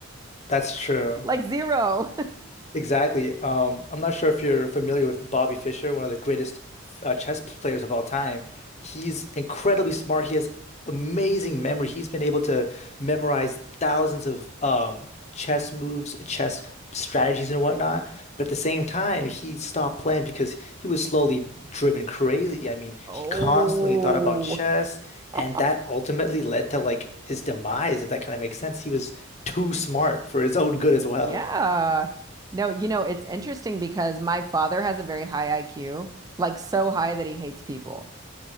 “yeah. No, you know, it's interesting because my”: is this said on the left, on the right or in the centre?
Right